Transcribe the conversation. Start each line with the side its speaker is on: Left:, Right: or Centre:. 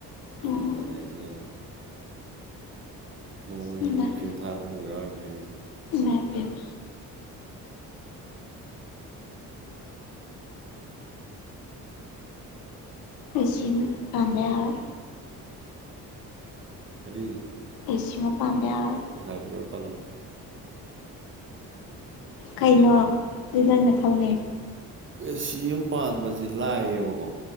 Right: ꯁꯃꯟꯗꯅ
Left: ꯎꯝ
Right: ꯑꯩꯁꯦ ꯌꯣꯡ ꯅꯣꯡꯃꯗꯤ
Left: ꯅꯨꯡꯗꯥꯡ
Right: ꯐꯦꯟ ꯊꯥ ꯇꯨꯝ ꯌꯥꯎꯔꯝꯃꯦ ꯑꯩꯁꯦ
Left: ꯏꯃꯥꯢꯄꯦꯃ ꯑꯦ ꯁꯤ ꯑꯝ ꯄꯥꯟꯗ ꯌꯥꯔꯔꯣꯢ
Right: ꯀꯔꯤ
Left: ꯑꯦꯁꯤ ꯑꯃ ꯄꯥꯝꯗ ꯌꯥꯔꯔ‌ꯣꯏ
Right: ꯄꯩꯁꯥ ꯄꯤꯔꯛꯑꯣ ꯑꯩ ꯄꯜꯂꯝꯒ‌ꯦ
Left: ꯀꯩꯅꯣ ꯑꯗꯨ ꯅꯪ ꯅꯊꯧꯅꯩ
Right: ꯑꯦ ꯁꯤ ꯑꯃ ꯄꯥꯟꯕꯁ‌ꯦ ꯂꯥꯏꯌꯦꯕꯀꯣ